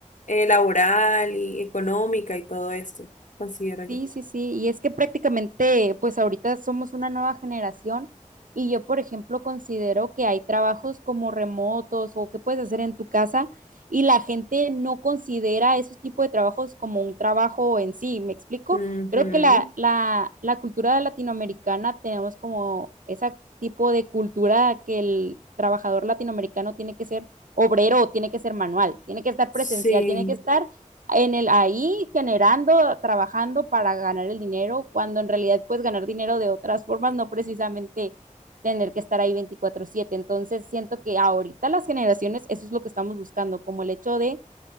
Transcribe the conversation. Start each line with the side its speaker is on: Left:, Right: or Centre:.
Left: eh, laboral y económica y todo esto, considero yo.
Right: Sí, sí, sí, y es que prácticamente, pues ahorita somos una nueva generación y yo, por ejemplo, considero que hay trabajos como remotos o que puedes hacer en tu casa y la gente no considera esos tipos de trabajos como un trabajo en sí, ¿me explico?
Left: Ujú.
Right: Creo que la, la, la cultura latinoamericana tenemos como ese tipo de cultura que el trabajador latinoamericano tiene que ser obrero, tiene que ser manual, tiene que estar
Left: Sí,
Right: presencial, tiene que estar en el ahí generando, trabajando para ganar el dinero, cuando en realidad puedes ganar dinero de otras formas, no precisamente tener que estar ahí veinticuatro siete Entonces, siento que ahorita las generaciones, eso es lo que estamos buscando, como el hecho de